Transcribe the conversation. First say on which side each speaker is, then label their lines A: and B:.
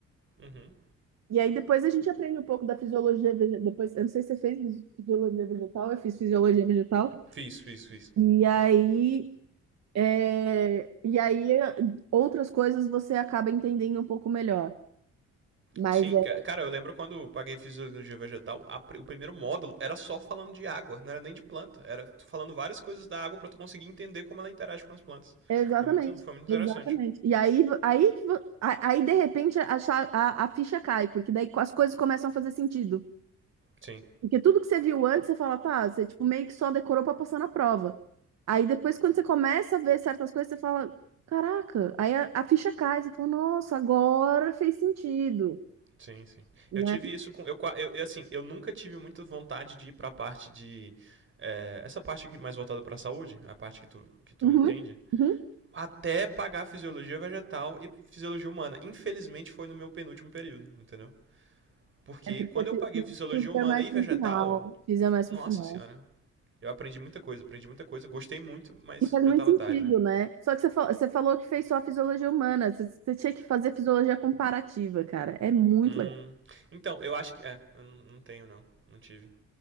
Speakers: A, on the right (about 40°); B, on the right (about 60°).
A: Uhum.
B: E aí depois a gente aprende um pouco da fisiologia vegetal. Depois, eu não sei se você fez fisi- fisiologia vegetal, eu fiz fisiologia vegetal.
A: Fiz, fiz, fiz.
B: E aí, é, e aí é, outras coisas você acaba entendendo um pouco melhor. Mas
A: Sim,
B: é
A: ca- cara, eu lembro quando eu paguei fisiologia vegetal, a pri- o primeiro módulo era só falando de água, não era nem de planta, era falando várias coisas da água pra tu conseguir entender como ela interage com as plantas.
B: exatamente,
A: Foi muito, foi muito interessante.
B: exatamente. E aí, vo- aí que vo- a- aí de repente a, cha- a, a ficha cai, porque daí as coisas começam a fazer sentido.
A: Sim.
B: Porque tudo que você viu antes, você fala, tá, você tipo meio que só decorou pra passar na prova. Aí depois, quando você começa a ver certas coisas, você fala, caraca, aí a, a ficha cai, você fala, nossa, agora fez sentido,
A: Sim, sim.
B: né?
A: Eu tive isso com. Eu, qua- eu eu, assim, eu nunca tive muita vontade de ir pra parte de. É, essa parte aqui mais voltada pra saúde, a parte que tu, que tu
B: Uhum,
A: entende.
B: uhum.
A: Até pagar fisiologia vegetal e fisiologia humana. Infelizmente foi no meu penúltimo período, entendeu? Porque
B: É porque
A: quando
B: eu
A: eu
B: fiz,
A: paguei fisiologia
B: fiz-
A: humana
B: mais
A: e
B: pro
A: vegetal,
B: final, fiz mais
A: nossa
B: pro final.
A: senhora. Eu aprendi muita coisa, aprendi muita coisa, gostei muito, mas
B: E faz
A: já
B: muito
A: tava
B: sentido,
A: tarde.
B: né? Só que você, fa- você falou que fez só a fisiologia humana, você, você tinha que fazer fisiologia comparativa, cara. É muito
A: Hum.
B: legal.
A: Então, eu acho que. É, eu não não tenho não. Não tive.